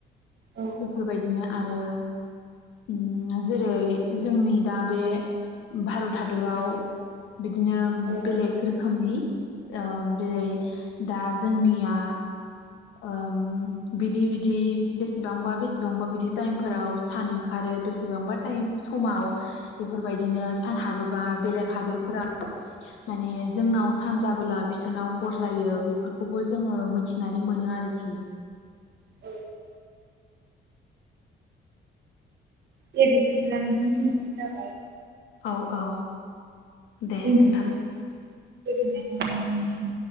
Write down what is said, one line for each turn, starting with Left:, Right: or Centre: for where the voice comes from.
Right: औ
Left: बेफोरबायदिनो आरो उम ना जेरै जोंनि दा बे भारत हादराव बिदिनो
Right: औ
Left: बेलेग रो खोमनि ओ दोरै दा जोंनिया ओम बिदि बिदि बेसेबांबा बे सेबांबा बिदि टाइमफोराव सान ओंखारो बेसेबांबा टाइम समाव बेफोरबायदिनो सान हाबोबा बेलेग हादरफोराव माने जोंनाव सान जाबोला बिसोरनाव हर जायो बेफोरखौबो जोङो मिथिनानै मोनो आरोखि
Right: औ दे बिब्दिब्ला नोंथां समावबो जाबाय
Left: औ औ दे
Right: दोनथ'नोसै
Left: नोंथां
Right: गोजोननाय थाबाय नोंथांनिसिम